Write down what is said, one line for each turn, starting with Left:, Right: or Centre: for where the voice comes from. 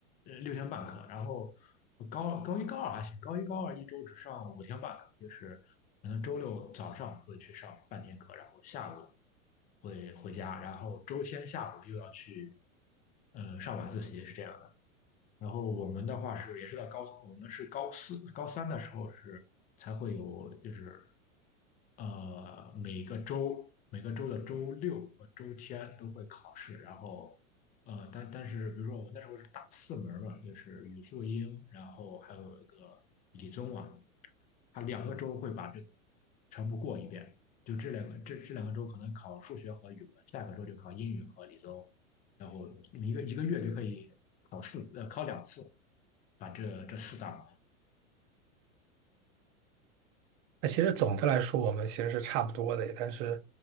Left: 呃，六天半课。然后我高高一高二还行，高一高二一周只上五天半课，就是可能周六早上会去上半天课，然后下午会回家，然后周天下午又要去呃上晚自习，是这样。的。然后我们的话是也是在高，我们是高四、高三的时候是才会有，就是呃每个周每个周的周六和周天都会考试，然后呃但但是比如说我们那时候是打四门嘛，就是语数英，然后还有一个理综啊，他两个周会把这个全部过一遍，就这两个这这两个周可能考数学和语文，下个周就考英语和理综。然后一个一个月就可以考四呃考两次，把这这四大门
Right: 那其实总的来说，我们其实是差不多的，但是，